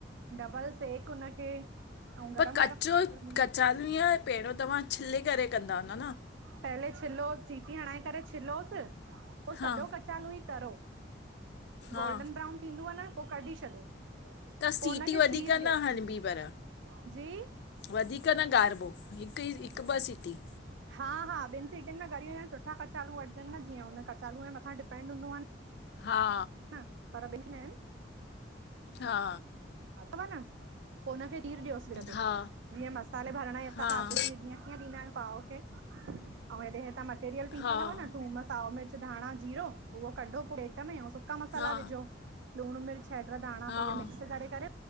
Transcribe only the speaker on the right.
डबल सेक हुनखे। ऐं गरम
गरम सुठी लॻंदी आहिनि
पहले छिलोस सीटी हणाए करे छिलोसि पो
सॼो क चालू ई तरो
गोल्डन ब्राउन थींदो आ न पोइ कडी छॾो।
पो हुनखे
चीर
ॾियोसि
जी
हा हा ॿिनि सीटनि में ॻरी विया आहिन, सुठा कचालू वठजनि न जीअं हुन कचालू जे मथां डिपेंड हूंदो आ न।
ह पर ॿिन मेआहिन।
अथव न? पोइ हुनखे, चीर ॾियोसि सिर ते
जीअं मसाले भरण ॼे हिसाब
सां अध चीर जीअं कीअं ॾींदा आहियूं पाव खे ऐं हेॾे हेतां मटेरियल पीसंदव
न थूमस् साओ मिर्च, धाणा, जीरो उहो कढो प्लेट में ऐं सु सुका मसाला
विझो लुणु मिर्च, हेैड, धाणा
पोइ इह मिक्स करे-करे